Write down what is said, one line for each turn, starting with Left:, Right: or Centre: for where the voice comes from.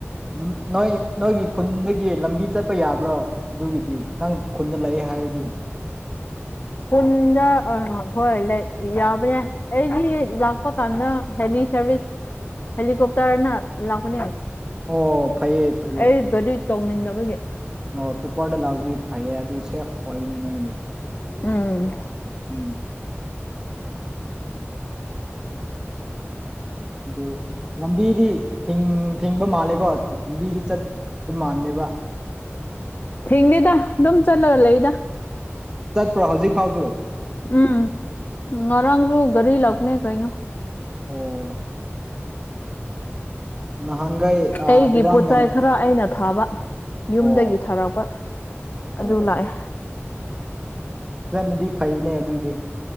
Right: ꯅꯝ ꯅꯣꯏ ꯅꯣꯏꯒꯤ ꯈꯨꯟꯗꯒꯤ ꯂꯝꯕꯤ ꯆꯠꯄ ꯌꯥꯕ꯭ꯔꯣ ꯑꯗꯨꯒꯤꯗꯤ ꯅꯪ ꯈꯨꯟꯗ ꯂꯩꯌꯦ ꯍꯥꯏꯔꯗꯤ
Left: ꯈꯨꯟꯗ ꯑꯥ ꯍꯣꯏ ꯂꯩ ꯌꯥꯕꯅꯦ ꯑꯩꯗꯤ ꯂꯥꯛꯄ ꯀꯥꯟꯗ ꯍꯦꯂꯤ ꯁꯥꯔꯚꯤꯁ ꯍꯦꯂꯤꯀꯣꯞꯇꯔꯅ ꯂꯥꯛꯄꯅꯦ
Right: ꯑꯣ ꯐꯩꯌꯦ ꯐꯩꯌꯦ
Left: ꯑꯩ ꯒꯥꯔꯤ ꯇꯣꯡꯅꯤꯡꯅꯕꯒꯤ
Right: ꯑꯣ ꯇꯣꯞꯄꯔꯗ ꯂꯥꯎꯗꯤ ꯐꯩꯌꯦ ꯑꯗꯨ ꯁꯦꯐ ꯑꯣꯏꯅꯦ ꯅꯣꯏꯒꯤꯗꯤ
Left: ꯎꯝ
Right: ꯎꯝ ꯑꯗꯨ ꯂꯝꯕꯤꯗꯤ ꯊꯤꯡꯕ ꯃꯥꯜꯂꯦꯀꯣ ꯂꯝꯕꯤꯗꯤ ꯆꯠ ꯃꯥꯅꯦꯕ꯫
Left: ꯊꯤꯡꯗꯦꯗ ꯑꯗꯨꯝ ꯆꯠꯂꯒ ꯂꯩꯗ꯫
Right: ꯆꯠꯄ꯭ꯔꯣ ꯍꯧꯖꯤꯛ ꯐꯥꯎꯖꯨ?
Left: ꯎꯝ ꯉꯔꯥꯡꯖꯨ ꯒꯥꯔꯤ ꯂꯥꯛꯄꯅꯦ ꯀꯩꯅꯣ꯫
Right: ꯑꯣ ꯅꯍꯥꯟꯈꯩ
Left: ꯑꯩꯒꯤ
Right: ꯏꯔꯥꯡ
Left: ꯄꯣꯠꯆꯩ
Right: ꯌꯥꯝ
Left: ꯈꯔ ꯑꯩꯅ ꯊꯥꯕ ꯌꯨꯝꯗꯒꯤ
Right: ꯑꯣ
Left: ꯊꯥꯔꯛꯄ ꯑꯗꯨ
Right: ꯑꯣ
Left: ꯂꯥꯛꯑꯦ꯫
Right: ꯆꯜꯂꯗꯤ ꯐꯩꯅꯦ ꯑꯗꯨꯗꯤ꯫